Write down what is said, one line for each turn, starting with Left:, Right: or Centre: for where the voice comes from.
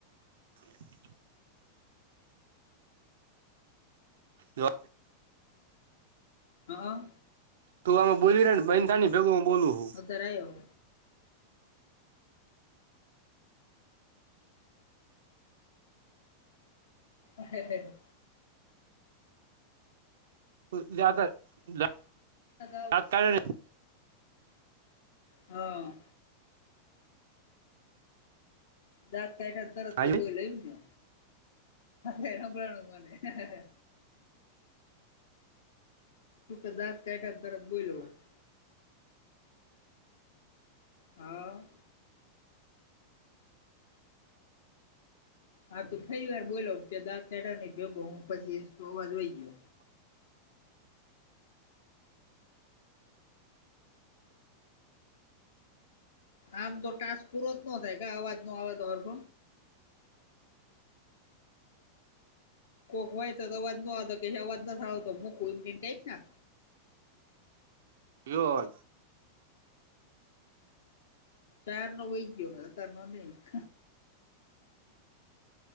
Right: હ. હ.
Left: હા.
Right: તું અમે બોલીવી ર ને, બન થ ની ભેગ હું બોલું હું. <unintelligible>
Left: કરાયો. હ.
Right: તો જદર <unintelligible>
Left: હા.
Right: તાકા.
Left: હા. દાંત કાઠાને તરત
Right: હા
Left: તું ગયો, લઈને, રમળનું, મને. તુક તો જત કટા તત બોલો <unintelligible> હા. હા, તું ફરી વાર, બોલો? દા ન જો હું પછી અવાજ હોહી ગયો આમ તો ટાસ્ક પૂરો જ ન થાય, ક અવાજ નો અવાજ હરફ કોક વય તો તો વ ન આવતો કેવા થ આવતો મકક ના
Right: એ આ
Left: ક્યાર નો હુઈ ગયો હે અતાર નો નહીં -